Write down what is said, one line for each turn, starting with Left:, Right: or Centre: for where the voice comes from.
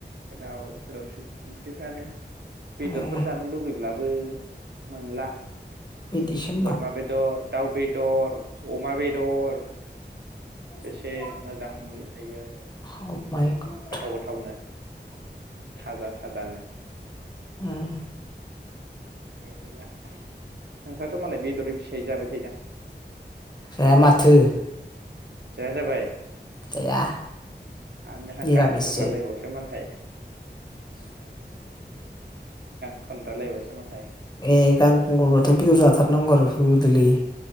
Right: गोदाव सोरावसै। फ्रानो बेदरफोर
Left: ए
Right: जानो लुुबै ब्लाबो मोनला।
Left: बिदिसो
Right: बोरमा बेदर। दाउ बेदर अमा बेदर।
Left: <inaudible>
Right: बेसे मोजां मोनलै दायो गोथाव गोथावनो थाजा थाजानो।
Left: उम।
Right: गैया नोंस्राथ' मालाय बेदरै फिसायै जाबाय थायोदां?
Left: जाया माथो।
Right: जाया जाबाय।
Left: जाया
Right: आरो नोंहा
Left: निरामिससो।
Right: गान खनग्रालायबावसो मालाय खनग्रा लायबावासै मालाय।
Left: ए गान खुंगुरबाथ' बेदर जाथारनांगौ आरो होदो बुलि <inaudible>